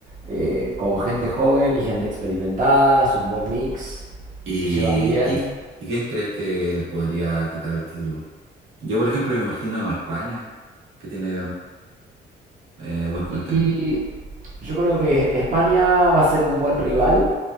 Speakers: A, on the right; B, on the right.
A: eh, con gente joven y gente experimentada. Es un buen mix.
B: ¿Y,
A: Se llevan bien.
B: y, y quién crees que les podría quitar el título? Yo, por ejemplo, me imagino a España, que tiene eh, buen plantel,
A: Y yo creo que España va a ser un buen rival.